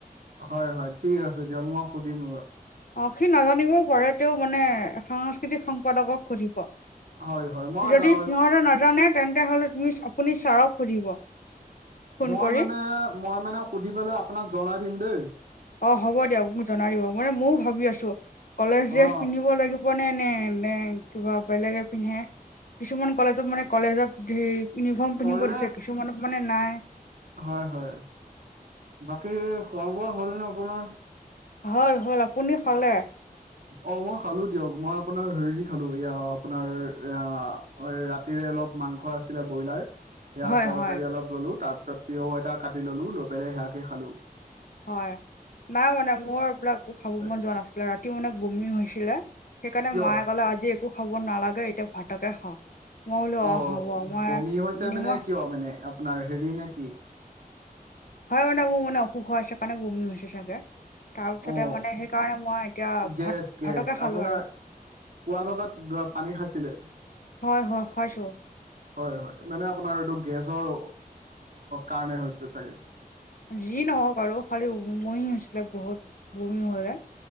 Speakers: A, on the right; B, on the left.
A: হয়-হয় ঠিক আছে দিয়ক। মই সুধিম ৰবা।
B: অহ, সি নাজানিবও পাৰে তেওঁ‌ মানে সাংস্কৃতিক সম্পাদকক সুধিব,
A: হয় হয় মই
B: যদি
A: যা
B: সিহঁতে নাজানে, তেন্তে হ'লে তুমি আপুনি ছাৰক সুধিব। ফোন
A: মই
B: কৰি
A: মানে, মই মানে সুধি পেলাই আপোনাক জনাই দিম দেই।
B: অহ, হ'ব দিয়ক মোক জনাই দিব। মানে মইয়ো ভাবি আছোঁ, কলেজ ড্ৰেছ
A: অ
B: পিন্ধিব লাগিব। হ'বনে, নে-নে কিবা বেলেগে পিন্ধে, কিছুমান কলেজত মানে কলেজত ধ ইউনিফৰ্ম পিন্ধিব
A: কলেজ
B: দিছে, কিছুমানত মানে নাই।
A: হয়, হয়। বাকী খোৱা-বোৱা হ'লনে আপোনাৰ?
B: হ'ল হ'ল। আপুনি খালে?
A: অহ, মই খালোঁ দিয়ক। মই আপোনাৰ হেৰি খালোঁ, এয়া আপোনাৰ আহ অহ, ৰাতিৰে অলপ মাংস আছিলে ব্ৰইলাৰ। সেয়া
B: হয়
A: তৰকাৰী
B: হয়
A: অলপ ললোঁ, তাৰপিছত তিয়হও এটা কাটি ললোঁ, লৈ পেলাই সেয়াকে খালোঁ।
B: হয়। নাই মানে মোৰ এইবিলাক একো খাব
A: হয়
B: মন যোৱা নাছিলে, ৰাতি মানে বমি হৈছিলে। সেইকাৰণে
A: কিয়
B: মায়ে কলে আজি একো খাব নালাগে, এতিয়া ভাতকে খা। মই বোলো
A: অহ,
B: অ হ'ব মই
A: বমি হৈছে
B: নিমখ
A: মানে কিয় মানে, আপোনাৰ হেৰি নেকি?
B: হয় মানে মোৰ মানে, অসুখ হৈ আছে সেইকাৰণে বমি হৈছে চাগে। তাৰপিছতে
A: অ
B: মানে, সেইকাৰণে মই এতিয়া
A: গেছ
B: ভত-ভতকে
A: গেছ
B: খালোঁ
A: আপোনাৰ
B: আৰু।
A: পুৱা ভাগত পানী খাইছিলে?
B: হয়, হয়, খাইছোঁ।
A: হয়, হয়। মানে আপোনাৰ এইটো গেছৰ কাৰণে হৈছে চাগে।
B: যি নহওঁক আৰু খালি উমহি হৈছিলে বহুত বমি হ'লে।